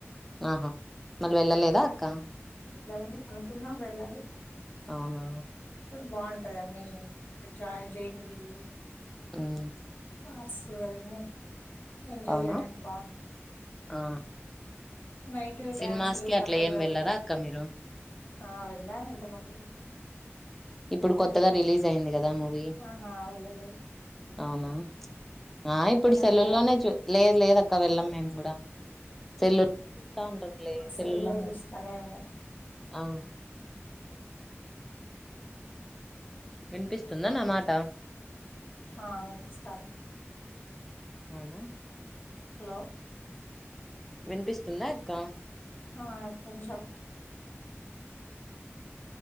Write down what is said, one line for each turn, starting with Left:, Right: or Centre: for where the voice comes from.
Centre: ఆహా మరి వెళ్ళలేదా అక్క
Left: మ్ అనుకున్నా వెళ్ళ లెద్
Centre: అవునా
Left: అక్కడ బాగుంటదండి జా జైంట్ విల్లు
Centre: మ్
Left: కార్స్ అవన్నీ ఉం ఎంజాయ్
Centre: అవునా
Left: చేయడానికి బాగుం
Centre: ఆ
Left: నైట్
Centre: సినిమాస్
Left: డ్యాన్సులు
Centre: కి
Left: కథలు
Centre: అట్లా ఏం
Left: అవన్ని
Centre: వెళ్ళరా అక్క మీరు
Left: ఆ వెళ్ళాను ఇంత ముందు
Centre: ఇప్పుడు కొత్తగా రిలీజ్ అయింది కదా మూవీ
Left: ఆహా వెళ్ళలేదు
Centre: అవునా ఆ ఇప్పుడు
Left: మీరు
Centre: సెళ్ళుల్లోనే
Left: వెళ్ళారా
Centre: చూ లేదు లేదు అక్క వెళ్ళాం మేము కూడా సేల్లుల్ చూస్తా ఉంటారులే
Left: సెల్లో
Centre: సేల్లుల్లో
Left: చూస్తాను ఏం గాని
Centre: ఆ వినిపిస్తుందా నామాట
Left: ఆ వినిపిస్థాంది
Centre: అవునా
Left: హలో
Centre: వినిపిస్తుందా అక్క
Left: ఆ కొంచెం